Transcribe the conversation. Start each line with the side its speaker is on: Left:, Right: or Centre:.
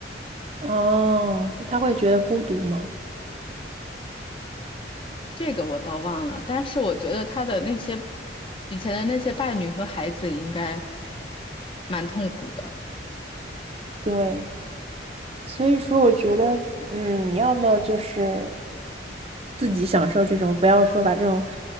Right: 哦，他会觉得孤独吗？
Left: 这个我倒忘了，但是我觉得他的那些以前的那些伴侣和孩子应该蛮痛苦的。
Right: 对，所以说我觉得，嗯，要么就是自己享受这种，不要说把这种